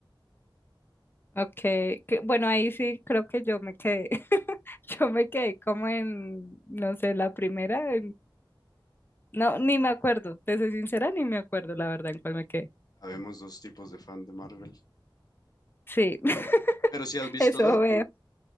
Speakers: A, on the left; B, on the left.
A: Ok, que- bueno, ahí sí creo que yo me quedé. <laughs> Yo me quedé como en, no sé, la primera, No, ni me acuerdo, te soy sincera, ni me acuerdo la verdad en cuál me quedé.
B: Habemos dos tipos de fan de Marvel.
A: Sí, <laughs>
B: Pero si has visto
A: eso
B: Deadpool,
A: veo.